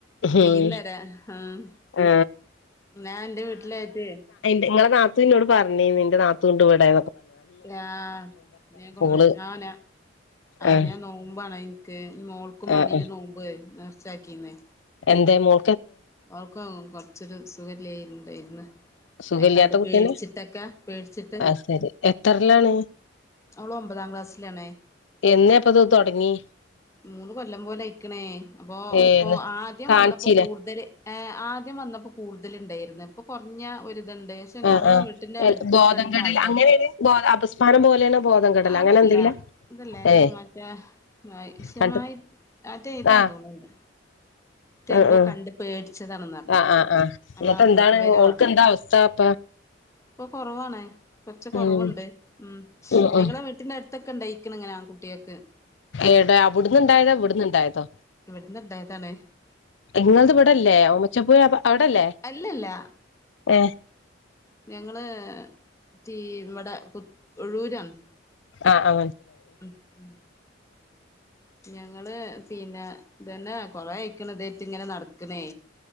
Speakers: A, on the left; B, on the left.
A: തെയ്യുന്നരാ
B: ഉം
A: ഉം
B: ആ
A: ഞാൻ എന്റെ വീട്ടിലായിട്ടേ
B: നിങ്ങളുടെ നാത്തു എന്നോട് പറഞ്ഞിന്ന് നിന്റെ നാത്തു ഇണ്ട് ഇവടെ.
A: ഞാ ഞാൻ കൊറെ
B: ഓള്
A: ഞാനാ ആഹ്
B: ആ
A: ഞാൻ നോമ്പാണെ എനിക്ക് മോൾക്കും
B: ആ
A: വേണ്ടീട്ട്
B: ആ
A: നോമ്പ് നേർച്ചാക്കിന്ന്.
B: എന്തേ മോ
A: അവൾക്ക് കൊറച്ചൊരു സുഖയില്ലാരിണ്ടായിന്.
B: സുഖല്ല്യാത്ത
A: അയ് കണ്ട്
B: കുട്ടിയന്നെ
A: പേടിച്ചിട്ടൊക്കെ പേടിച്ചിട്ട്.
B: ആഹ് ശരി എത്രല്ലാണ്
A: അവള് ഒമ്പതാം ക്ലാസ്സിലാണേ.
B: എന്നാപ്പത് തുടങ്ങി?
A: മൂന്ന് കൊല്ലം പോലെ ഇയിക്കണേ അപ്പൊ
B: ഏന്ന്
A: ഇപ്പൊ ആദ്യം
B: കാണിച്ചീലെ
A: വന്നപ്പോ കൂടുതൽ ആദ്യം വന്നപ്പോ കൂടുതലിണ്ടായിരുന്നു ഇപ്പൊ കുറഞ്ഞ ഒരു ണ്ട് ക്ഷേ ഞങ്ങ
B: ആഹ് ആഹ്
A: വീട്ടിന്റെ അടുത്തൊക്കെ
B: ബോധം
A: ഉണ്ട്
B: കെടൽ
A: ആൾക്കാർക്ക്,
B: അങ്ങനെയാണ് ബോ അപസ്മാരം പോലെയാണ് ബോധം കെടൽ
A: അതല്ല
B: അങ്ങനെ എന്തെങ്കിലാ
A: ഇല്ല ഇതല്ലേ
B: ഏഹ്
A: ഈ മറ്റേ ശമായി
B: കണ്ട്
A: മറ്റേ ഇതാ
B: ആഹ്
A: തോന്നുന്നിണ്ട്. മറ്റേ
B: ആഹ്
A: എന്തോ
B: ആഹ്
A: കണ്ട് പേടിച്ചതാണെന്ന് പറഞ്ഞ്
B: ആഹ് ആഹ് ആഹ്
A: നമ്മളെ
B: എന്നിട്ട് എന്താണ്
A: പോക്ക് വരവാ.
B: ഓൾക്ക് എന്താ അവസ്ഥ അപ്പ
A: ഇപ്പോ കുറവാണ് കൊറച്ച് കുറവുണ്ട്
B: ഉം
A: ഉം
B: ഉം
A: ഞങ്ങളെ
B: ഉം
A: വീട്ടിന്റെ അടുത്തൊക്കെ ഉണ്ടായിക്കണ ഇങ്ങനെ. കുട്ടികൾക്ക്.
B: ഏട അവിടുന്നുണ്ടായതോ ഇവിടുന്നുണ്ടായതോ?
A: ഇവിടുന്ന് ഇണ്ടായതാണേ.
B: നിങ്ങളത് ഇവിടല്ലേ ഓമച്ചപ്പുഴ അവിടല്ലേ?
A: അല്ലല്ല
B: ഏഹ്
A: ഞങ്ങള് തീ ഇവിടെ പു ഒഴൂരാണ്.
B: ആ ആ
A: ഉം ഉം ഞങ്ങള് പിന്നെ ഇതന്നെ കൊറേ ആയിക്കണ് ഇതായിട്ടിങ്ങനെ നടക്കണേ.